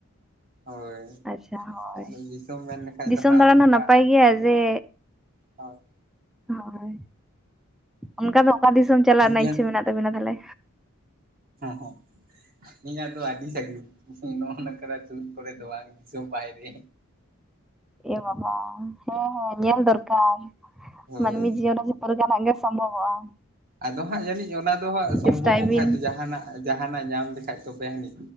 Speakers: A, on the right; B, in the centre.
A: ᱦᱳᱭ
B: ᱟᱪᱪᱷᱟ ᱦᱳᱭ
A: ᱟᱫᱚ ᱫᱤᱥᱚᱢ ᱢᱮᱱ ᱞᱮᱠᱷᱷᱟ
B: ᱫᱤᱥᱚᱢ
A: ᱫᱚ ᱦᱟᱸᱜ
B: ᱫᱟᱬᱟᱱ
A: ᱚᱱᱠᱟ
B: ᱦᱚᱸ ᱱᱟᱯᱟᱭ ᱜᱮᱭᱟ ᱡᱮ
A: ᱦᱳᱭ
B: ᱦᱳᱭ ᱚᱱᱠᱟ ᱫᱚ ᱚᱠᱟ ᱫᱤᱥᱚᱢ ᱪᱟᱞᱟᱜ ᱨᱮᱱᱟᱜ
A: ᱤᱧᱟᱹᱜ
B: ᱤᱪᱪᱷᱟᱹ ᱢᱮᱱᱟᱜ ᱛᱟᱵᱤᱱᱟ ᱛᱟᱦᱚᱞᱮ
A: ᱦᱚᱸ ᱤᱧᱟᱜᱟ ᱫᱚ ᱟᱰᱤ ᱥᱟᱜᱤᱧ ᱱᱚᱼᱚ ᱱᱚᱠᱟ ᱱᱟ ᱥᱩᱨ ᱠᱚᱨᱮ ᱫᱚ ᱵᱟᱝ ᱫᱤᱥᱚᱢ ᱵᱟᱭᱨᱮ
B: ᱮ ᱵᱟᱵᱟ ᱦᱮᱸ ᱦᱮᱸ ᱧᱮᱞ ᱫᱚᱨᱠᱟᱨ
A: ᱦᱳᱭ᱾
B: ᱢᱟᱱᱢᱤ ᱡᱤᱭᱚᱱ ᱯᱚᱨᱮ ᱡᱟᱦᱟᱱᱦᱟᱜ ᱜᱮ ᱥᱚᱢᱵᱷᱚᱵᱚᱜᱼᱟ᱾
A: ᱟᱫᱚ ᱦᱟᱸᱜ ᱡᱟᱹᱱᱤᱡ ᱚᱱᱟ ᱫᱚ ᱦᱟᱸᱜ ᱥᱚᱢᱵᱷᱚᱵᱚᱜ
B: ᱪᱮᱥᱴᱟᱭ ᱵᱤᱱ
A: ᱠᱷᱟᱡ ᱫᱚ ᱡᱟᱦᱱᱟᱜ ᱡᱟᱦᱟᱱᱟᱜ ᱧᱟᱢ ᱞᱮᱠᱟᱱᱡ ᱛᱚᱵᱮ ᱟᱹᱱᱤᱡ